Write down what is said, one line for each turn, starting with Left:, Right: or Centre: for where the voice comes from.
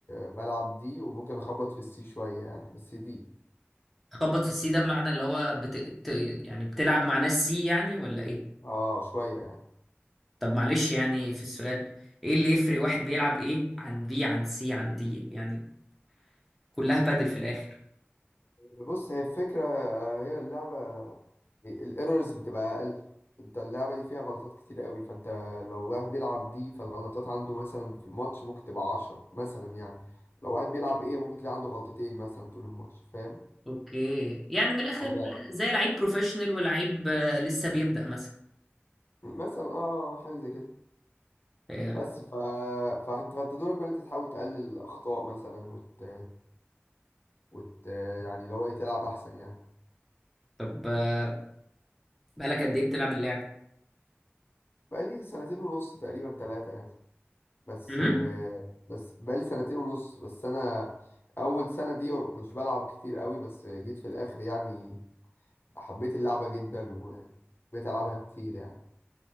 Left: بلعب دي وممكن اخبط في السي شويه يعني بس دي
Centre: تخبط في السي ده بمعنى اللي هو بت... ت- يعني بتلعب مع ناس سي يعني ولا ايه
Left: اه شويه يعني
Centre: طب معلش يعني في السؤال ايه اللي يفرق واحد بيلعب ايه عن بي عن سي عن دي يعني كلها بادل في الاخر
Left: بص هي الفكره هي اللعبه الايرورز بتبقى اقل انت اللعبه دي فيها غلطات كتير قوي فانت لو واحد بيلعب دي فالغلطات عنده مثلا في الماتش ممكن تبقى عشرة مثلا يعني لو واحد بيلعب ايه ممكن تلاقي عنده غلطتين مثلا طول الماتش فاهم
Centre: اوكي يعني من الاخر
Left: حاجه
Centre: زي لعيب بروفيشنال ولعيب آه، لسه بيبدأ مثلا
Left: مثلا اه حاجه زي كده
Centre: آه،
Left: بس ف... فانت فانت دورك بقى إن انت تحاول تقلل الاخطاء مثلا وت... وت... يعني لو ايه تلعب احسن يعني
Centre: طب آه، بقالك قد ايه بتلعب اللعبة
Left: بقالي سنتين ونص تقريبا ثلاثة يعني بس
Centre: امم
Left: بس بقالي سنتين ونص بس انا اول سنة دي ما كنتش بلعب كتير قوي بس جيت في الاخر يعني حبيت اللعبة جدا وبقيت العبها كتير يعني